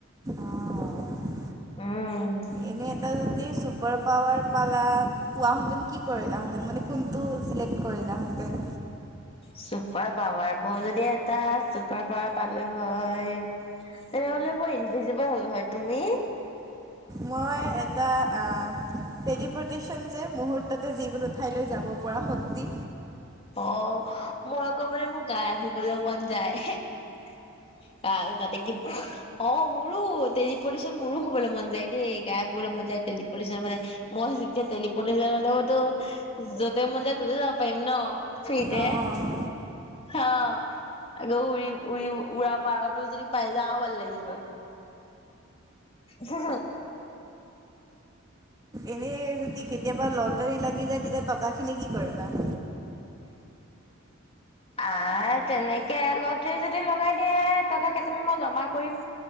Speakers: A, on the right; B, on the left.
A: অ'।
B: উম।
A: এনে এটা জাতি চুপ- ছুপাৰ পাৱাৰ পালা পোৱাহেঁতেন কি কৰিলাহেঁতেন মানে কোনটো চিলেক্ট কৰিলাহেঁতেন?
B: চুপাৰ পাৱাৰ মই যদি এটা চুপাৰ পাৱাৰ পালো হয়- তেনেহ'লে মই ইনভিজিবল হ'ল হয়, তুমি?
A: মই এটা আ- টেলিপটিচন যে মুহুৰ্ততে যিকোনো ঠাইলৈ যাব পৰা শক্তি।
B: অ মই আকৌ মোলে মোক গাই ধুবলে মন যায়। <unintelligible> অ মোৰো তেলিপডিশন মোৰো হবলৈ মন যায় দেই গায়েপ শুবলৈ মন যায় তেলিপডিশন হ'বলে। মই যেতিয়া তেলিপডিশন মই ত য'তে মন যায় ততে যাব পাৰিম ন। ফ্ৰীতে
A: অ',
B: হা। আকৌ উৰি উৰি উৰা পাৱাৰটো যদি পাই যাওঁ ভাল লাগিব। হা হা।
A: এনে যদি কেতিয়াবা লটাৰী লাগি যায় তেতিয়া টকাখিনি কি কৰিবা? <inaudible>
B: আ তেনেকে লটাৰী যদি লগাই দিয়ে টকা কেইটামান মই জমা কৰিম।